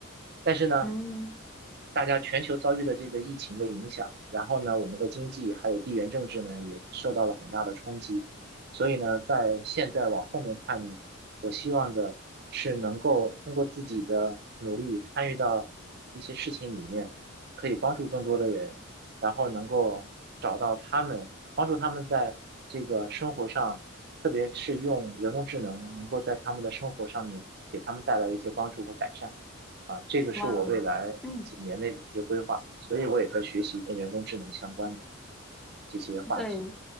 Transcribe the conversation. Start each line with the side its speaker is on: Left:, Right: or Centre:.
Right: 但是呢，
Centre: 嗯，
Right: 嗯大家全球遭遇的这个疫情的影响，然后呢，我们的经济还有地缘政治呢也受到了很大的冲击，所以呢，在现在往后面看呢，我希望的是能够通过自己的努力参与到一些事情里面，可以帮助更多的人，然后能够找到他们，帮助他们在这个生活上，特别是用人工智能，能够在他们的生活上面给他们带来一些帮助和改善。啊，这个是我未来几年内的一些规划，
Centre: 哇哦，嗯，
Right: 所以我也在学习跟人工智能相关的这些话题。
Centre: 对